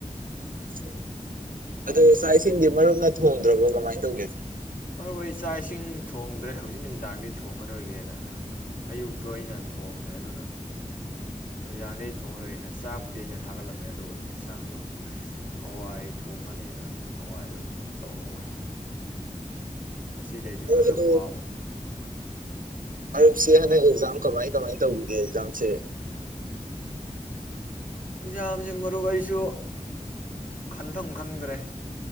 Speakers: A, on the right (about 85°); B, on the left (about 80°).
A: <unintelligible> ꯑꯣ ꯆꯥꯛ ꯏꯁꯤꯡ ꯃꯔꯨꯞ ꯐꯣꯡꯗ꯭ꯔꯕꯣ ꯀꯃꯥꯏꯅ ꯇꯧꯒꯦ
B: ꯃꯔꯨ ꯑꯩ ꯆꯥꯛ ꯏꯁꯤꯡ ꯊꯣꯡꯗ꯭ꯔꯦ ꯍꯧꯖꯤꯛ ꯅꯨꯃꯤꯗꯥꯡꯗꯤ ꯊꯣꯡꯉꯔꯣꯏꯒꯦꯅ ꯑꯌꯨꯛꯇꯣ ꯑꯩꯅ ꯊꯣꯡꯉꯦ ꯑꯗꯨꯅ ꯅꯨꯃꯤꯗꯥꯡꯗ ꯑꯩ ꯊꯣꯡꯉꯔꯣꯏꯦꯅ ꯆꯥꯛꯄꯨꯗꯤ ꯑꯩꯅ ꯊꯥꯒꯠꯂꯝꯃꯦ ꯑꯗꯨꯒ ꯏꯟꯁꯥꯡꯗꯣ ꯍꯋꯥꯏ ꯊꯣꯡꯉꯅꯤꯅ ꯍꯋꯥꯏꯗꯨꯣ ꯇꯧꯍꯧꯋꯦ ꯉꯁꯤꯗ ꯑꯩꯁꯨ
A: ꯃꯔꯨꯞ
B: ꯈꯔ
A: ꯑꯗꯨ
B: ꯋꯥꯕ
A: ꯃꯔꯛꯁꯤ ꯍꯟꯗꯛ ꯑꯦꯛꯖꯥꯝ ꯀꯃꯥꯏ ꯀꯃꯥꯏꯅ ꯇꯧꯕꯤꯒꯦ ꯑꯦꯛꯖꯥꯝꯁꯦ
B: ꯑꯦꯛꯖꯥꯝꯁꯦ ꯃꯔꯨꯞ ꯑꯩꯁꯨ ꯈꯟꯐꯝ ꯈꯪꯗ꯭ꯔꯦ